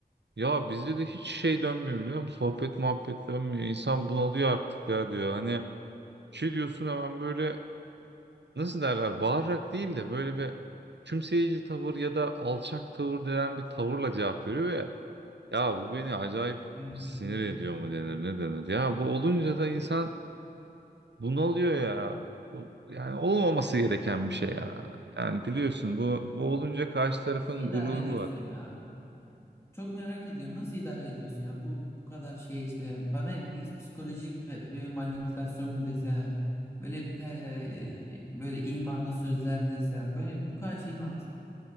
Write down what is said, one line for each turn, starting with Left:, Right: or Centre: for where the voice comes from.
Right: ya bizde de hiç şey dönmüyor biliyor musun? Sohbet muhabbet dönmüyor. İnsan bunalıyor artık ya diyor. Hani şey diyorsun hemen böyle nasıl derler bağırarak değil de böyle bir kümseyici tavır ya da alçak tavır denen bir tavırla cevap veriyor ve ya bu beni acayip
Left: Ee,
Right: sinir
Left: e,
Right: ediyor mu denir ne denir. Ya bu olunca da insan Bu ne oluyor ya? Bu, yani olmaması gereken bir şey ya. Yani biliyorsun bu, bu olunca karşı tarafın
Left: nasıl idare
Right: gururu
Left: ediyorsun
Right: var.
Left: ya? Çok merak ediyorum. Nasıl idare ediyorsun ya? Bu bu kadar şey işte bana hep bir psikolojik bir, bir manipülasyon mu desem, böyle bir te- e, e, böyle imalı sözler mi desem, böyle bu kadar şeyin altına